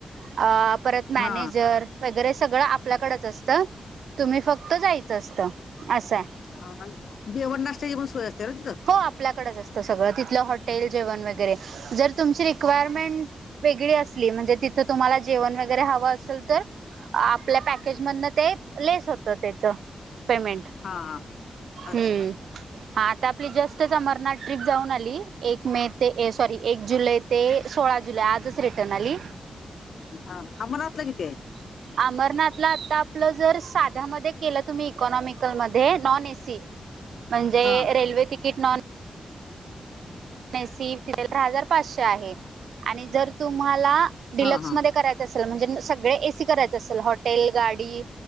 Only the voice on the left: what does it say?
हा
हा, आणि जेवण नाश्त्याची पण सोय असते ना तिथं
हा हा अच्छा
अच्छा
हां, अमरनाथला किती हाय?
हा
हा हा